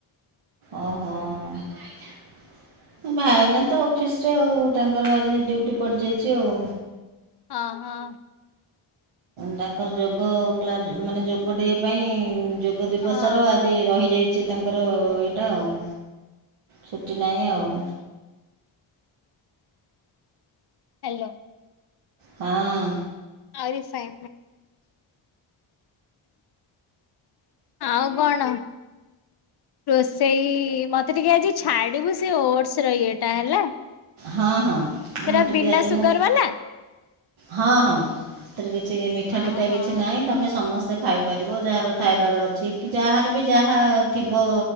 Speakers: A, on the right (about 80°); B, on the left (about 50°).
A: ଓହୋ ଆଉ ଭାଇନା। ଭାଇନା ତ ଅଫିସରେ ଆଉ ତାଙ୍କର ଆଜି ଡ୍ୟୁଟି ପଡ଼ିଯାଇଛି ଆଉ।
B: ହଁ ହଁ
A: ତାଙ୍କର ଯୋଗ କ୍ଲାସ ମାନେ ଯୋଗ ଡେ ପାଇଁ ଯୋଗ ଦିବସର
B: ହଁ
A: ଆଜି ରହିଯାଇଛି ତାଙ୍କର ଇଏଟା ଆଉ ଛୁଟି ନାହିଁ ଆଉ।
B: ହ୍ୟାଲୋ
A: ହଁ
B: ଆରେ ସାଇ ଆଉ କଣ? ରୋଷେଇ ମତେ ଟିକେ ଆଜି ଛାଡିବୁ ସେ ଓଟସର ଇଏ ଟା ହେଲା।
A: ହଁ ହଁ। ମୁଁ
B: ସେଇଟା
A: ଟିକେ
B: ବିନା
A: ଆଜି
B: ସୁଗାର
A: ମୋ
B: ବାଲା।
A: ହଁ ହଁ ସେଥିରେ କିଛି ମିଠା
B: ହଁ
A: ଫିଠା
B: ହଁ
A: କିଛି ନାହିଁ ତମେ ସମସ୍ତେ ସେ ଖାଇପାରିବ ଯାହାର ଥାଇରଏଡ଼୍ ଅଛି କି ଯାହାର ବି ଯାହା ଥିବ